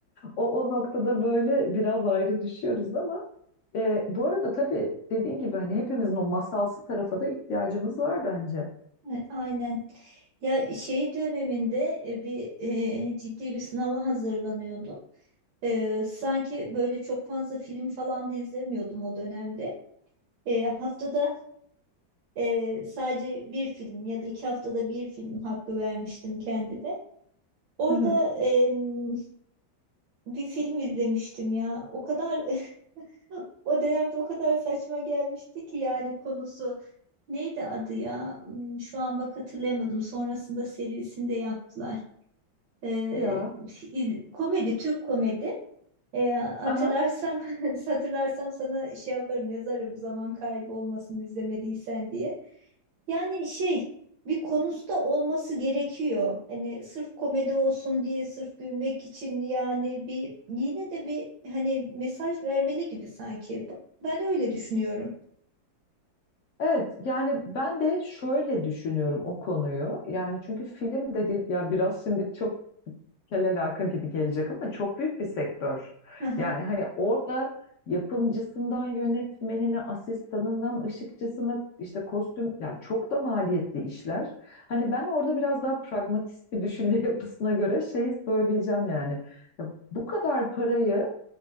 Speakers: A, on the left (about 75°); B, on the right (about 85°).
A: o, o noktada böyle biraz ayrı düşüyoruz ama e, bu arada tabii dediğin gibi hani hepimizin o masalsı tarafa da ihtiyacımız var bence.
B: e, aynen. Ya şey döneminde e, bir e, ciddi bir sınava hazırlanıyordum. E, sanki böyle çok fazla film falan da izlemiyordum o dönemde. E, haftada Ee, sadece bir film ya da iki haftada bir film hakkı vermiştim kendime. Orada
A: Hı hı.
B: em, bir film izlemiştim ya. O kadar <laughs> o dönemde o kadar saçma gelmişti ki yani konusu neydi adı ya? Hmm, Şu an bak hatırlayamadım. Sonrasında serisini de yaptılar. Ee,
A: Ya.
B: iz- komedi, Türk komedi. Ee, hatırlarsam
A: Aha.
B: <laughs> hatırlarsam sana şey yaparım yazarım zaman kaybı olmasın izlemediysen diye. Yani şey bir konusu da olması gerekiyor. Hani sırf komedi olsun diye sırf gülmek için yani bir yine de bir hani mesaj vermeli gibi sanki. Ben öyle düşünüyorum.
A: Evet yani ben de şöyle düşünüyorum o konuyu. Yani çünkü film dedi ya biraz şimdi çok kel alaka gibi gelecek ama çok büyük bir sektör.
B: Hı hı.
A: Yani hani orada yapımcısından yönetmenine, asistanından ışıkçısına işte kostüm yani çok da maliyetli işler. Hani ben orada biraz daha pragmatist bir düşünce <laughs> yapısına göre şeyi söyleyeceğim yani. Ya bu kadar parayı